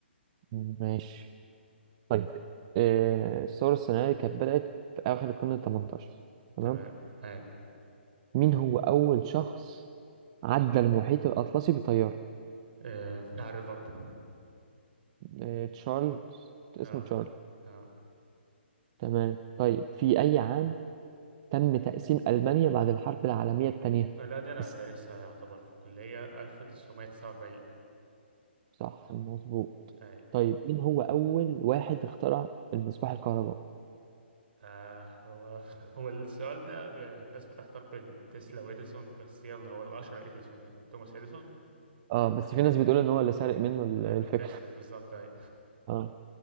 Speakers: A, on the right; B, on the right.
A: ماشي طيب آه، الثورة الصناعية كانت بدأت في آخر القرن التمنتاشر تمام
B: تمام ايوه
A: مين هو أول شخص عدى المحيط الأطلسي بطيارة
B: آه، مش عارف برضه
A: آه، تشارلز اسمه
B: اه
A: تشارلز
B: اه
A: تمام طيب في أي عام تم تقسيم ألمانيا بعد الحرب العالمية الثانية
B: لا دي انا
A: بس
B: دارسها يعتبر في الكليه 1949
A: صح مظبوط
B: ايوه
A: طيب مين هو أول واحد اخترع المصباح الكهربائي
B: آه هو <laughs> هو السؤال ده ب- الناس بتحتار بين تسلا وإديسون بس يلا هو الأشهر إديسون يعني توماس إديسون
A: اه بس في ناس بتقول ان هو اللي سرق منه ال-
B: ما
A: الفكرة
B: من تسلا بالظبط اي
A: اه